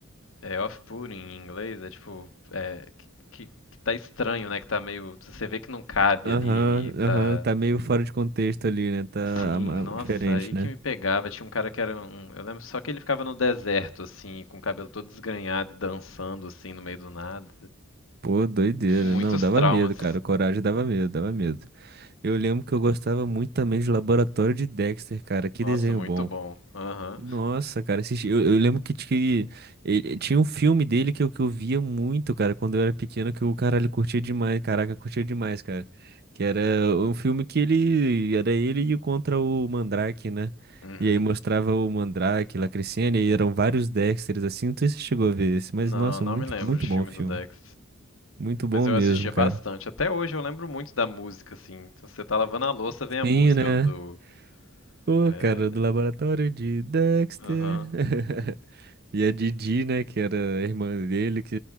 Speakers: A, on the left; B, on the right.
A: É off-putting em inglês, é tipo, é, que, que, que tá estranho, né? Que tá meio, você vê que não cabe
B: Aham,
A: ali e tá...
B: aham, tá meio fora de contexto ali, né? Tá
A: Sim,
B: ama-
A: nossa,
B: diferente,
A: aí que
B: né?
A: me pegava. Tinha um cara que era um. Eu lembro só que ele ficava no deserto, assim, com o cabelo todo desgrenhado e dançando, assim, no meio do nada.
B: Pô, doideira.
A: Muitos
B: Não, dava
A: traumas.
B: medo, cara. Coragem dava medo, dava medo. Eu lembro que eu gostava muito também de Laboratório de Dexter, cara. Que
A: Nossa,
B: desenho
A: muito
B: bom.
A: bom. Aham.
B: Nossa, cara, assisti- eu, eu lembro que, t- que eh, tinha um filme dele que eu, que eu via muito, cara, quando eu era pequeno, que o caralho curtia demais, caraca, curtia demais, cara. Que era um filme que ele, era ele e contra o Mandrake, né?
A: Uhum.
B: E aí mostrava o Mandrake lá crescendo, e aí eram vários Dexters, assim, não sei se você chegou a ver esse, mas,
A: Não,
B: nossa,
A: não
B: muito,
A: me lembro
B: muito
A: de
B: bom
A: filme
B: o filme.
A: do Dex.
B: Muito bom
A: Mas eu
B: mesmo,
A: assistia
B: cara.
A: bastante. Até hoje eu lembro muito da música, assim. Então, você tá lavando a louça, vem a
B: Sim,
A: música
B: né?
A: do.
B: Pô,
A: É...
B: cara, do laboratório de Dexter.
A: Aham.
B: <laughs> E a Didi, né, que era a irmã dele, que